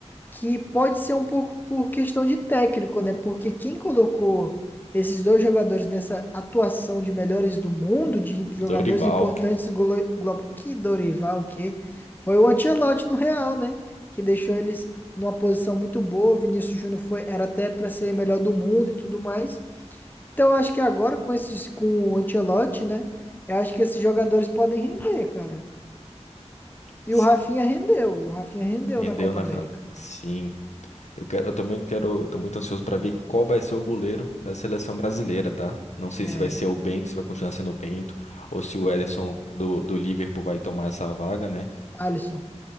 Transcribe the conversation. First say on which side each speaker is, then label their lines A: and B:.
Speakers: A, on the left; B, on the left.
A: que pode ser um pouco por questão de técnico, né? Porque quem colocou esses dois jogadores nessa atuação de melhores do mundo, de jogadores
B: Dorival
A: importantes golo- global, que Dorival, que foi o Ancelotti no Real, né? Que deixou eles numa posição muito boa. O Vinícius Júnior foi era até para ser melhor do mundo e tudo mais. Então eu acho que agora com esses com o Ancelotti, né? Eu acho que esses jogadores podem render, cara. E
B: se
A: o Rafinha rendeu, e o Rafinha rendeu
B: rendeu
A: na Copa
B: na
A: América.
B: final. Sim, eu quero, eu também quero, tô muito ansioso pra ver qual vai ser o goleiro da seleção brasileira, tá? Não sei
A: É,
B: se vai ser o Bento, se vai continuar sendo o Bento, ou se o Ederson do, do Liverpool vai tomar essa vaga, né?
A: Alisson.